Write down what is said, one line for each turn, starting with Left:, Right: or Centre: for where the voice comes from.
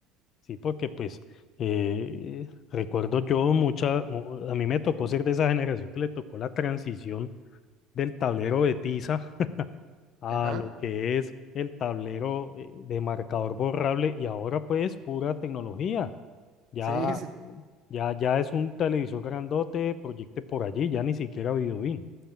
Left: Sí, porque pues eh, recuerdo yo mucha, mu- a mí me tocó ser de esa generación que le tocó la transición del tablero de tiza a
Right: Ajá.
Left: lo que es el tablero eh, de marcador borrable y ahora pues pura tecnología. Ya
Right: Sí, sí.
Left: Ya, ya es un televisor grandote, proyecte por allí, ya ni siquiera Videobeam.